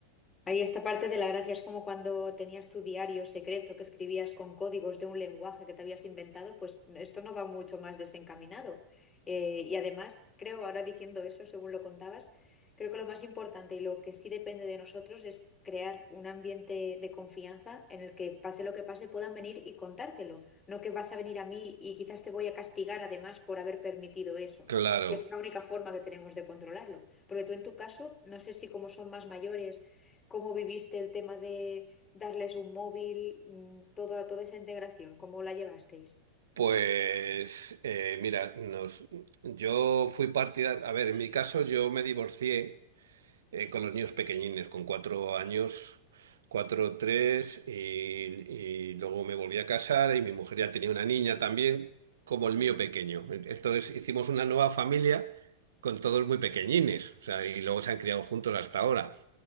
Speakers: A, on the left (about 20°); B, on the right (about 65°).
A: Ahí esta parte de la gracia es como cuando tenías tu diario secreto que escribías con códigos de un lenguaje que te habías inventado, pues esto no va mucho más desencaminado. Eh, y además, creo, ahora diciendo eso, según lo contabas, creo que lo más importante y lo que sí depende de nosotros es crear un ambiente de confianza en el que pase lo que pase puedan venir y contártelo, no que vas a venir a mí y quizás te voy a castigar además por haber permitido eso.
B: Claro,
A: Y es la única forma que tenemos de controlarlo. Porque tú en tu caso, no sé si como son más mayores, ¿Cómo viviste el tema de darles un móvil, mm, toda, toda esa integración? ¿Cómo la llevasteis?
B: pues eh, mira, nos, yo fui partidario, a ver, en mi caso yo me divorcié eh, con los niños pequeñines, con cuatro años, cuatro, tres, y, y luego me volví a casar y mi mujer ya tenía una niña también, como el
A: Ujú.
B: mío pequeño. Entonces hicimos una nueva familia con todos muy pequeñines, o sea, y luego
A: Sí,
B: se han criado juntos hasta ahora.